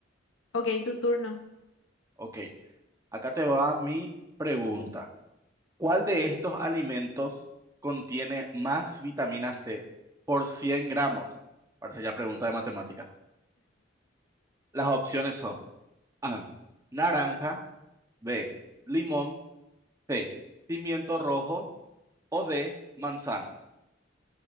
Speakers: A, on the left; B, on the right.
A: Ok, tu turno.
B: Ok, acá te va mi pregunta. ¿Cuál de estos alimentos contiene más vitamina C por 100 gramos? Parece ya pregunta de matemática. Las opciones son A, naranja, B, limón, C, pimiento rojo o D, manzana.